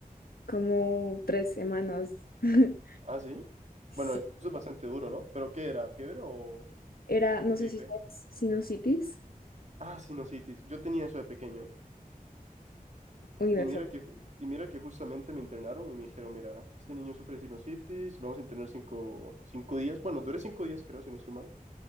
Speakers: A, on the left; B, on the right.
A: como tres semanas. <laughs>
B: Ah, sí.
A: Sí.
B: Bueno, eso es bastante duro, ¿no? ¿Pero qué era? ¿Fiebre o
A: Era, no
B: gripe?
A: sé si sabes, sinusitis.
B: Ah, sinusitis. Yo tenía eso de pequeño, ¿eh?
A: Uy, no,
B: Y
A: eso.
B: mira
A: no.
B: que, ju- y mira que justamente me internaron y me dijeron, mira, este niño sufre sinusitis, lo vamos a internar cinco, cinco días. Bueno, duré cinco días, creo, si no estoy mal.